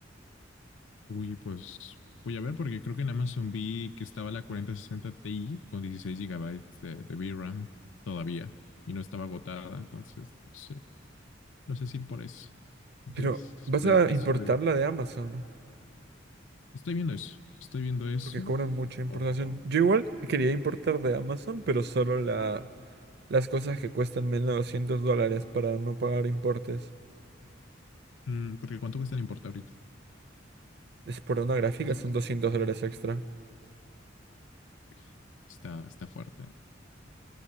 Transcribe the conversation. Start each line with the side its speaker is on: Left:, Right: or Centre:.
Left: Uy, pues voy a ver porque creo que en Amazon vi que estaba la cuarenta sesenta Ti con 16 gigabytes de, de VRAM todavía y no estaba agotada, entonces no sé, no sé si ir por eso. ¿Tú qué
Right: Pero,
Left: dices?
Right: ¿vas
Left: Por
Right: a
Left: el precio
Right: importar
Left: de...
Right: la de Amazon?
Left: Estoy viendo eso, estoy viendo eso
Right: Porque cobran mucha importación.
Left: o...
Right: Yo igual quería importar de Amazon, pero solo la, las cosas que cuestan menos de 200 dólares para no pagar importes.
Left: mm, porque ¿cuánto cuesta en importa ahorita?
Right: Es por una gráfica,
Left: ¿Lo has
Right: son
Left: visto?
Right: doscientos dólares extra.
Left: Uy, está, está fuerte.